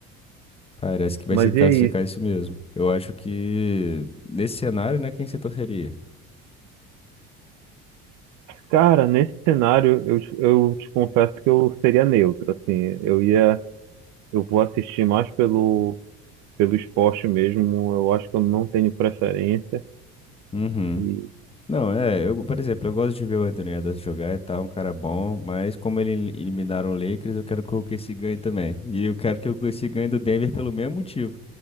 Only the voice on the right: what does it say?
Mas
e é isso.
Cara, nesse cenário, eu, te- eu te confesso que eu seria neutro, assim. Eu ia, eu vou assistir mais pelo pelo esporte mesmo. Eu acho que eu não tenho preferência.
E